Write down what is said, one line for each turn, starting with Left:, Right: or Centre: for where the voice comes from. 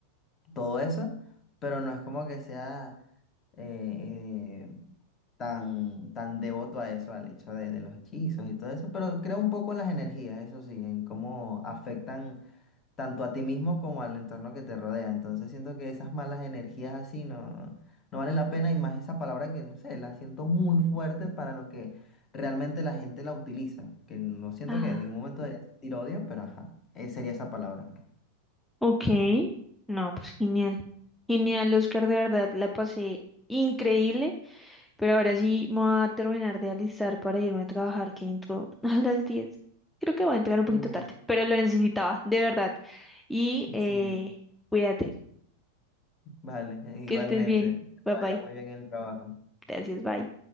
Left: todo eso, pero no es como que sea eh, eh, tan, tan devoto a eso, al hecho de, de los hechizos y todo eso, pero creo un poco en las energías, eso sí, en cómo afectan tanto a ti mismo como al entorno que te rodea. Entonces siento que esas malas energías así no, no valen la pena y más esa palabra que, no sé, la siento muy fuerte para lo que realmente la gente la utiliza, que no siento
Centre: Ah,
Left: que en ningún momento debería sentir odio, pero ajá, eh, sería esa palabra.
Centre: ok. No, pues genial. Genial, Oscar, de verdad, la pasé increíble. Pero ahora sí me voy a terminar de alistar para irme a trabajar, que entro <laughs> a las diez Creo que voy a entrar un poquito
Left: Uh,
Centre: tarde, pero lo necesitaba, de verdad. Y eh,
Left: sí.
Centre: cuídate,
Left: Vale,
Centre: que
Left: igualmente.
Centre: estés bien.
Left: Que te
Centre: Bye
Left: vaya
Centre: bye.
Left: muy bien en el trabajo.
Centre: Gracias, bye.